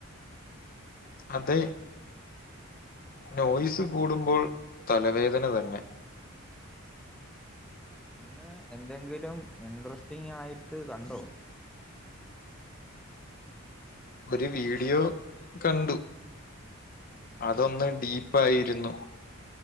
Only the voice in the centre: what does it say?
ഇന്ന് എന്തെങ്കിലും ഇൻട്രസ്റ്റിംഗ് ആയിട്ട് കണ്ടൊ.